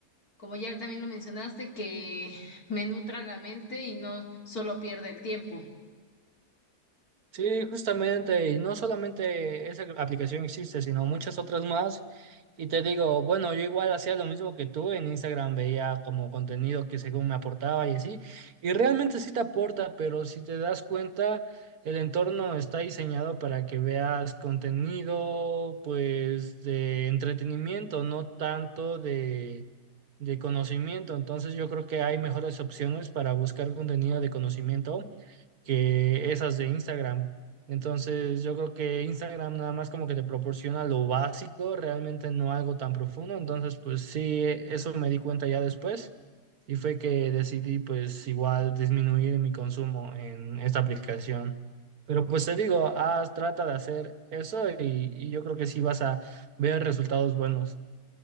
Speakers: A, on the left; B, on the right.
A: como ya también lo mencionaste, que me nutra la mente y no solo pierde el tiempo.
B: Sí, justamente, y no solamente esa aplicación existe, sino muchas otras más. Y te digo, bueno, yo igual hacía lo mismo que tú en Instagram, veía como contenido que según me aportaba y así. Y realmente sí te aporta, pero si te das cuenta, el entorno está diseñado para que veas contenido, pues, de entretenimiento, no tanto de, de conocimiento. Entonces yo creo que hay mejores opciones para buscar contenido de conocimiento que esas de Instagram. Entonces, yo creo que Instagram nada más como que te proporciona lo básico, realmente no algo tan profundo. Entonces, pues sí, e- eso me di cuenta ya después y fue que decidí pues igual disminuir mi consumo en esta aplicación. Pero pues te digo, haz, trata de hacer eso y, y yo creo que sí vas a ver resultados buenos.